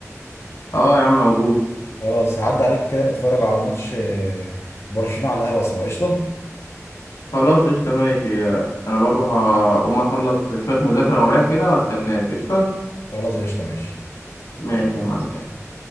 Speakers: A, on the left; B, on the left.
A: اه يا عم موجود
B: خلاص هعدي عليك كده نتفرج على ماتش آه، برشلونة على القهوة سوا قشطة
A: خلاص قشطة ماشي آه، انا برضه هقوم اخلص شوية مذاكرة ورايا كده واستناك قشطة
B: خلاص قشطة ماشي
A: ماشي
B: يلا
A: يا معلم
B: سلام